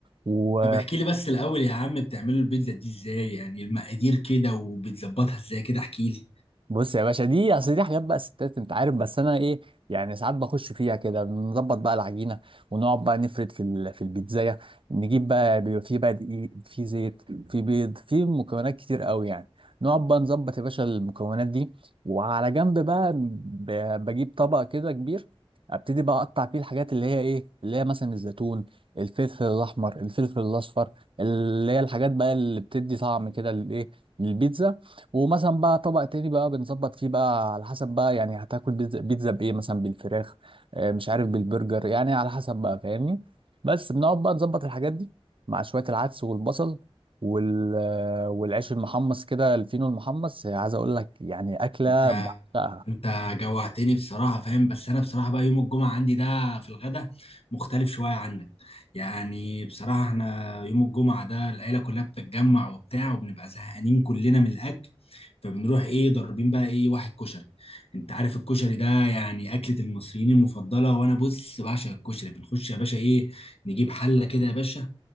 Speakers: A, on the right; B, on the left.
A: و...
B: طب احكي لي بس الاول يا عم بتعملوا البيتزا دي ازاي يعني المقادير كده وبتظبطها ازاي كده احكي لي
A: بص يا باشا دي اصل دي حاجات بقى ستات انت عارف بس انا ايه يعني ساعات بخش فيها كده نظبط بقى العجينه ونقعد بقى نفرد في ال- في البيتزايه نجيب بقى بيبقى في بقى دقيق في زيت في بيض في مكونات كتير قوي يعني نقعد بقى نظبط يا باشا المكونات دي وعلى جنب بقى ب- بجيب طبق كده كبير ابتدي بقى اقطع فيه الحاجات اللي هي ايه اللي هي مثلا الزيتون الفلفل الاحمر الفلفل الاصفر اللي هي الحاجات بقى اللي بتدي طعم كده للايه للبيتزا ومثلا بقى طبق تاني بقى بنظبط فيه بقى على حسب بقى يعني هتاكل بيتزا بيتزا بايه مثلا بالفراخ آه، مش عارف بالبرجر يعني على حسب بقى فاهمني بس بنقعد بقى نظبط الحاجات دي مع شوية العدس والبصل وال آه، والعيش المحمص كده الفينو المحمص آه، عايز اقول لك يعني اكلة
B: انت
A: بحبها
B: انت جوعتني بصراحة فاهم بس انا بصراحة بقى يوم الجمعة عندي ده في الغدا مختلف شوية عنك يعني بصراحة احنا يوم الجمعة ده العيلة كلها بتتجمع وبتاع وبنبقى زهقانين كلنا من الاكل فبنروح ايه ضاربين بقى ايه واحد كشري انت عارف الكشري ده يعني اكلة المصريين المفضلة وانا بص بعشق الكشري بنخش يا باشا ايه نجيب حلة كده يا باشا